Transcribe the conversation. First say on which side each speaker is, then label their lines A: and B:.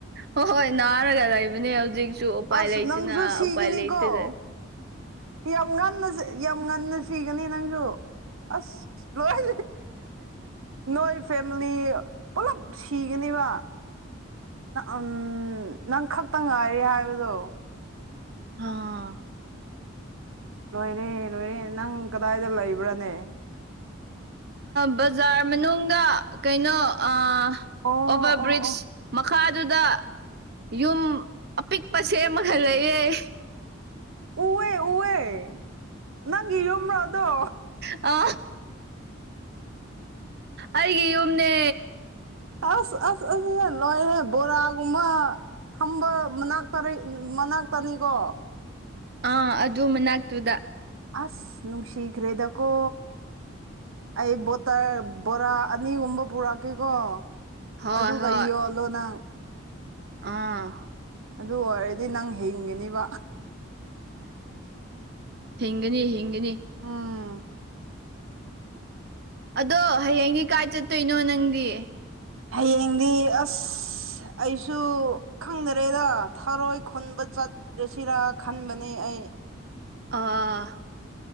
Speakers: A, on the right; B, on the right.
A: ꯍꯣꯏ ꯍꯣꯏ ꯅꯥꯔꯒ ꯂꯩꯕꯅꯦ ꯍꯧꯖꯤꯛꯁꯨ ꯎꯄꯥꯏ
B: ꯑꯁ
A: ꯂꯩꯇꯅ
B: ꯅꯪꯁꯨ ꯁꯤꯒꯅꯤꯀꯣ
A: ꯎꯄꯥꯏ ꯂꯩꯇꯦ ꯑ
B: ꯌꯥꯝ ꯉꯟꯅ ꯌꯥꯝ ꯉꯟꯅ ꯁꯤꯒꯅꯤ ꯅꯪꯁꯨ ꯑꯁ ꯂꯣꯏ ꯅꯣꯏ ꯐꯦꯃꯤꯂꯤ ꯄꯨꯂꯞ ꯁꯤꯒꯅꯦꯕ ꯎꯝ ꯅꯪ ꯈꯛꯇ ꯉꯥꯏꯔꯦ ꯍꯥꯏꯕꯗꯣ
A: ꯍꯥꯥ
B: ꯂꯣꯏꯔꯦ ꯂꯣꯏꯔꯦ ꯅꯪ ꯀꯗꯥꯏꯗ ꯂꯩꯕ꯭ꯔꯅꯦ
A: ꯕꯖꯥꯔ ꯃꯅꯨꯡꯗ ꯀꯩꯅꯣ ꯑꯣꯚꯔ
B: ꯑꯣ ꯑꯣ
A: ꯕ꯭ꯔꯤꯖ
B: ꯑꯣ
A: ꯃꯈꯥ ꯃꯈꯥꯗꯨꯗ ꯌꯨꯝ ꯑꯄꯤꯛꯄ ꯁꯦꯝꯃꯒ ꯂꯩꯑꯦ
B: ꯎꯍꯦ ꯎꯍꯦ ꯅꯪꯒꯤ ꯌꯨꯝꯔꯣ ꯑꯗꯣ
A: ꯑ ꯑꯩꯒꯤ ꯌꯨꯝꯅꯦ
B: ꯑꯁ ꯑꯁ ꯑꯁ ꯑ ꯂꯣꯏꯔꯦ ꯕꯣꯔꯥꯒꯨꯝꯃ ꯈꯝꯕ ꯃꯅꯥꯛꯇ ꯃꯅꯥꯛꯇꯅꯤꯀꯣ
A: ꯑꯥ ꯑꯗꯨ ꯃꯅꯥꯛꯇꯨꯗ
B: ꯑꯁ ꯅꯨꯡꯁꯤꯈ꯭ꯔꯦꯗꯀꯣ ꯑꯩ ꯕꯣꯠꯇꯜ ꯕꯣꯔꯥ ꯑꯅꯤꯒꯨꯝꯕ ꯄꯨꯔꯛꯀꯦꯀꯣ
A: ꯍꯣꯏ
B: ꯑꯗꯨꯒ
A: ꯍꯣꯏ
B: ꯌꯣꯜꯂꯣ ꯅꯪ
A: ꯑꯥ
B: ꯑꯗꯨ ꯑꯣꯏꯔꯗꯤ ꯅꯪ ꯍꯤꯡꯒꯅꯤꯕ
A: ꯍꯤꯡꯒꯅꯤ ꯍꯤꯡꯒꯅꯤ
B: ꯎꯝ
A: ꯑꯗꯣ ꯍꯌꯦꯡꯗꯤ ꯀꯥꯏ ꯆꯠꯇꯣꯏꯅꯣ ꯅꯪꯗꯤ
B: ꯍꯌꯦꯡꯗꯤ ꯑꯁ ꯑꯩꯁꯨ ꯈꯪꯗꯔꯦꯗ ꯊꯔꯣꯏ ꯈꯨꯟꯕ ꯆꯠ ꯂꯨꯁꯤꯔ ꯈꯟꯕꯅꯦ ꯑꯩ
A: ꯑꯥ